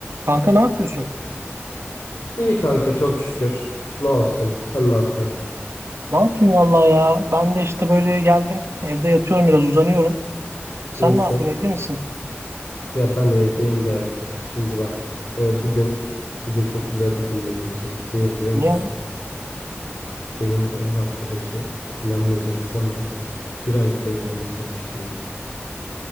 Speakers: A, on the right (about 70°); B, on the left (about 75°).
A: Kanka ne yapıyorsun?
B: İyi kanka çok şükür. Ne olsun? Sen ne yapıyorsun?
A: Ne yapayım vallahi ya. Ben de işte böyle geldim. Evde yatıyorum biraz uzanıyorum. Sen
B: İyisin.
A: ne yapıyorsun? Evde misin?
B: Ya ben evdeyim de şimdi bak e, bugün bugün çok güzel bir gün benim için. Niye biliyor
A: Niye?
B: musun?
A: lan?
B: Benim bu ev arkadaşı inanmayacaksın ama bir aydır evden dışarı çıkmıyor.